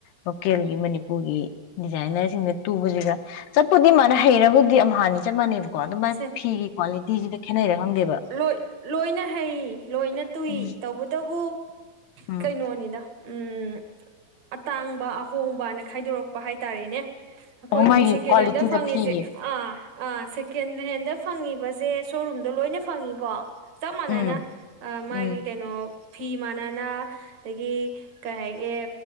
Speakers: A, on the left (about 75°); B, on the right (about 50°).
A: ꯂꯣꯀꯦꯜꯒꯤ ꯃꯅꯤꯄꯨꯔꯒꯤ ꯗꯤꯖꯥꯏꯟꯅꯔꯁꯤꯡꯗ ꯇꯨꯕꯁꯤꯒ ꯆꯠꯄꯨꯗꯤ ꯃꯥꯥꯟꯅ ꯍꯩꯔꯕꯕꯨꯗꯤ ꯑꯃ ꯍꯥꯟꯅꯤ ꯆꯞ ꯃꯥꯟꯅꯩꯕꯀꯣ ꯑꯗꯨ ꯃꯥꯏ
B: ꯁꯦ
A: ꯐꯤꯒꯤ ꯀ꯭ꯋꯥꯂꯤꯇꯤꯁꯤꯗ ꯈꯦꯠꯅꯩꯔ ꯈꯪꯗꯦꯕ
B: ꯂꯣꯏ ꯂꯣꯏꯅ ꯍꯩ ꯂꯣꯏꯅ ꯇꯨꯏ
A: ꯎꯝ
B: ꯇꯧꯕꯇꯕꯨ
A: ꯎꯝ
B: ꯀꯩꯅꯣꯅꯤꯗ ꯎꯝ ꯑꯇꯥꯡꯕ ꯑꯍꯣꯡꯕꯅ ꯈꯥꯏꯗꯣꯔꯛꯄ ꯍꯥꯏꯇꯥꯔꯦꯅꯦ ꯑꯩꯈꯣꯏꯒꯤ
A: ꯑꯣ ꯃꯥꯒꯤ
B: ꯁꯦꯀꯦꯟ
A: ꯀ꯭ꯋꯥꯂꯤꯇꯤꯗ
B: ꯍꯦꯟꯗ ꯐꯪꯉꯁꯦ
A: ꯐꯤꯒꯤ
B: ꯑꯥ ꯑꯥ ꯀꯀꯦꯟ ꯍꯦꯟꯗ ꯐꯪꯉꯤꯕꯁꯦ ꯁꯣꯔꯨꯝꯗꯣ ꯂꯣꯏꯅ ꯐꯪꯉꯤꯀꯣ ꯆꯞ ꯃꯥꯟꯅꯅ
A: ꯎꯝ
B: ꯃꯥꯒꯤ
A: ꯎꯝ
B: ꯀꯩꯅꯣ ꯐꯤ ꯃꯥꯟꯅꯅ ꯑꯗꯒꯤ ꯀꯩ ꯍꯥꯏꯒꯦ